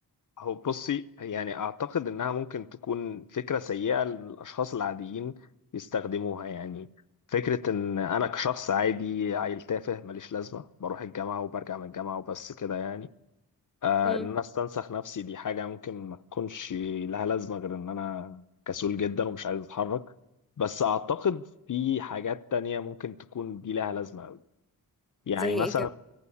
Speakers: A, on the left (about 55°); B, in the centre.
A: هو بصي يعني اعتقد انها ممكن تكون فكره سيئه للاشخاص العاديين يستخدموها يعني فكره ان انا كشخص عادي عيل تافه ماليش لازمه بروح الجامعه وبرجع من الجامعه وبس كده يعني آه
B: امم
A: ان انا استنسخ نفسي دي حاجه ممكن ما تكونش لها لازمه غير ان انا كسول جدا ومش عايز اتحرك بس اعتقد في حاجات تانية ممكن تكون دي لها لازمه قوي يعني
B: زي
A: مثلا
B: ايه